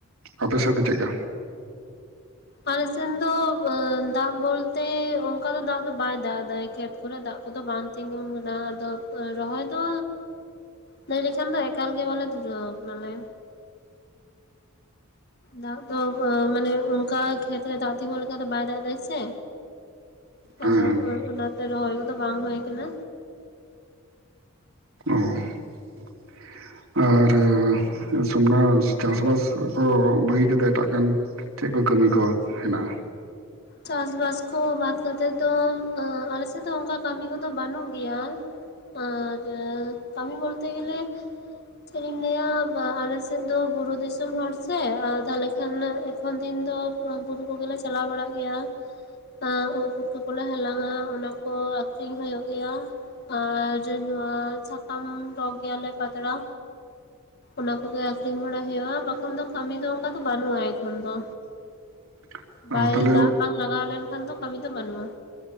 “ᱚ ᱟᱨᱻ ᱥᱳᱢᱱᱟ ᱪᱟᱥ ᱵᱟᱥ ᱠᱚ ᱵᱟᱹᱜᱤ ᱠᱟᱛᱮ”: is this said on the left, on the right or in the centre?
Right